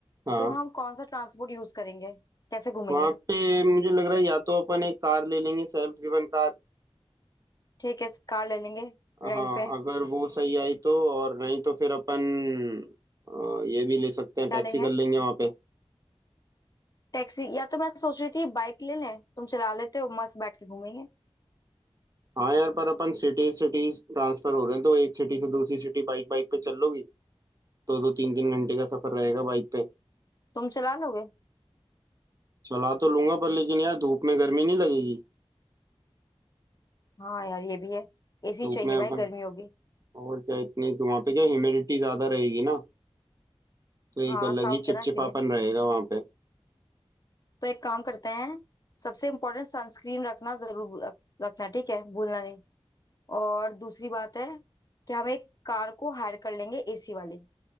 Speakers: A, on the right; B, on the left.
A: हाँ
B: तो हम कौन सा ट्रांसपोर्ट यूज करेंगे कैसे घूमेंगे
A: वहाँ पे मुझे लग रहा है या तो अपन एक कार ले लेंगे सेल्फ ड्रिवन कार
B: ठीक है कार ले लेंगे रेंट
A: हाँ
B: पे
A: अगर वो सही आई तो और नहीं तो फिर अपन अ, ये भी ले सकते हैं टैक्सी
B: क्या लेंगे
A: कर लेंगे वहाँ पे
B: टैक्सी या तो मैं सोच रही थी बाइक ले लें तुम चला लेते हो मस्त बैठ के घूमेंगे
A: हाँ यार पर अपन सिटी सिटी ट्रांसफर हो रहे हैं तो एक सिटी से दूसरी सिटी बाइक बाइक पे चल लोगी दो दो तीन तीन घंटे का सफर रहेगा बाइक पे
B: तुम चला लोगे
A: चला तो लूंगा पर लेकिन यार धूप में गर्मी नहीं लगेगी
B: हाँ यार ये भी है एसी
A: धूप
B: चाहिए
A: में
B: भाई
A: अपन
B: गर्मी होगी
A: और क्या इतनी तो वहाँ पे क्या ह्यूमिडिटी ज्यादा रहेगी ना तो एक
B: हाँ
A: अलग
B: साउथ
A: ही चिपचिपापन
B: है ना इसीलिए
A: रहेगा वहाँ पे
B: तो एक काम करते हैं सबसे इम्पोर्टेंट सनस्क्रीन रखना जरूर रख- रखना ठीक है भूलना और दूसरी बात है कि हम एक कार को हायर कर लेंगे एसी वाली